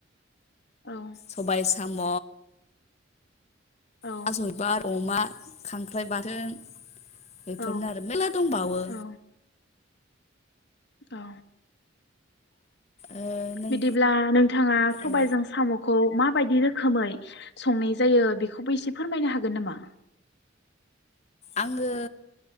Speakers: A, on the left; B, on the left.
A: औ
B: सबाइ साम'
A: औ
B: थास'बिबार अमा खांख्राइ बाथोन बेफोरनो
A: औ
B: आरो मेरला दंबावो
A: औ औ
B: ओ नों
A: बिदिब्ला नोंथाङा सबाइजों
B: ओ
A: साम'खौ माब बायदि रोखोमै संनाय जायो बेखौबो इसे फोरमायनो हागोन नामा
B: आङो